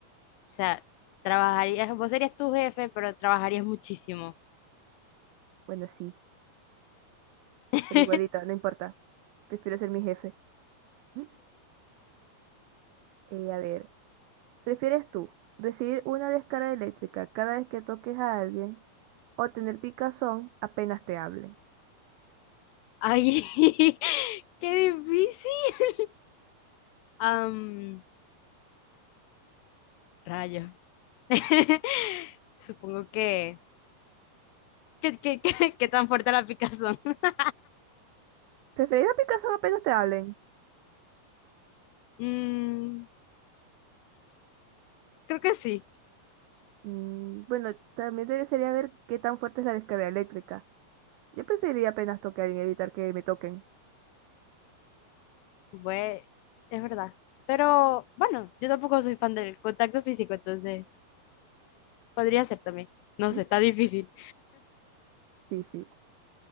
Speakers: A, on the left; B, on the right.
A: sea, trabajarías, vos serías tu jefe, pero trabajarías muchísimo.
B: Bueno, sí,
A: <laughs>
B: pero igualita, no importa. Prefiero ser mi jefe. <clears throat> Eh, a ver, ¿prefieres tú recibir una descarga eléctrica cada vez que toques a alguien o tener picazón apenas te hablen?
A: Ay, <laughs> qué difícil. Am, rayo. <laughs> Supongo que, que, que, que- que tan fuerte la picazón. <laughs>
B: ¿Preferir a picazón apenas te hablen?
A: Mm, creo que sí.
B: Mm, bueno, también te- sería ver qué tan fuerte es la descarga eléctrica. Yo preferiría apenas tocar a alguien, evitar que me toquen.
A: Bue- es verdad. Pero bueno, yo tampoco soy fan del contacto físico, entonces podría ser también. No sé,
B: Mm,
A: está difícil.
B: Sí, sí.